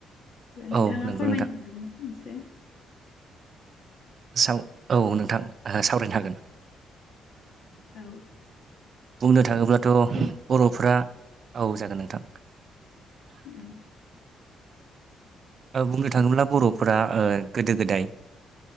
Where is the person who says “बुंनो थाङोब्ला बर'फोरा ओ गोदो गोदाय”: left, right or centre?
Right